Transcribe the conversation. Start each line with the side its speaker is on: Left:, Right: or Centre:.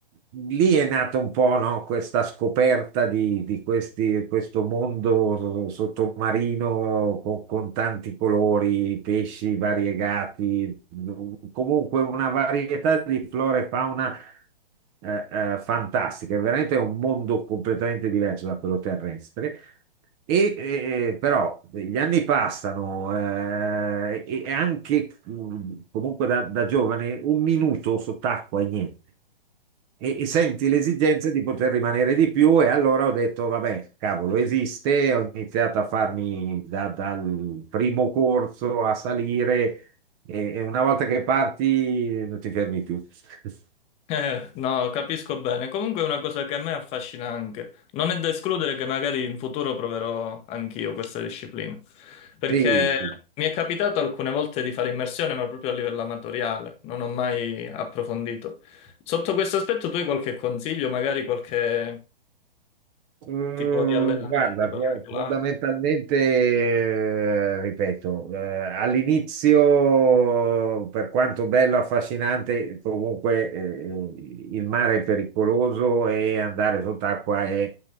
Right: lì è nata un po', no, questa scoperta di, di questi- questo mondo sottomarino con, con tanti colori, pesci variegati, comunque una varietà di flora e fauna eh, eh, fantastica. Veramente è un mondo completamente diverso da quello terrestre. E, eh, però gli anni passano eh, e e anche mm, comunque da, da giovane un minuto sott'acqua e niente e, e senti l'esigenza di poter rimanere di più e allora ho detto, vabbè, cavolo, esiste, ho iniziato a farmi da- dal primo corso a salire e, e una volta che parti non ti fermi più. <laughs>
Left: Eh, no, capisco bene. Comunque è una cosa che a me affascina anche. Non è da escludere che magari in futuro proverò anch'io questa disciplina. Perché
Right: Sì, sì.
Left: mi è capitato alcune volte di fare immersione, ma proprio a livello amatoriale. Non ho mai approfondito. Sotto questo aspetto, tu hai qualche consiglio, magari qualche
Right: Mm,
Left: tipo di allenamento
Right: guarda,
Left: particolare?
Right: fo- fondamentalmente, eh, ripeto, eh, all'inizio, per quanto bello, affascinante, comunque eh, il mare è pericoloso e andare sott'acqua è,